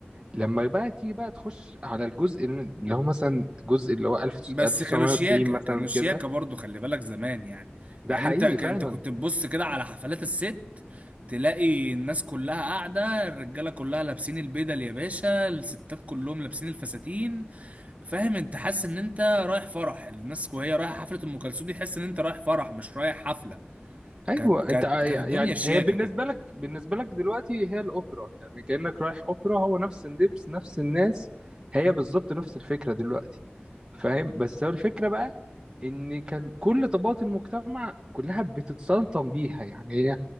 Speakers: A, on the right; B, on the right.
A: لما بقى تيجي بقى تخش على الجزء اللي هو مثلا الجزء اللي هو 1000
B: بس
A: 1990
B: كانوا شياكة
A: مثلا
B: كانوا شياكة
A: كده
B: برضو خلي بالك زمان يعني
A: ده
B: يعني
A: حقيقي
B: انت ك-
A: فعلا
B: انت كنت تبص كده على حفلات الست تلاقي الناس كلها قاعدة الرجالة كلها لابسين البدل يا باشا الستات كلهم لابسين الفساتين فاهم انت حاسس ان انت رايح فرح الناس وهي رايحة حفلة ام كلثوم دي تحس ان انت رايح فرح مش رايح حفلة
A: ايوه
B: كانت كانت
A: انت ع-
B: كانت
A: يعني
B: الدنيا شياكة
A: هي بالنسبه
B: كده
A: لك بالنسبه لك دلوقتي هي الاوبرا يعني كانك رايح اوبرا هو نفس اللبس نفس الناس هي بالظبط نفس الفكره دلوقتي فاهم بس هو الفكره بقى ان كان كل طبقات المجتمع كلها بتتسلطن بيها يعني هي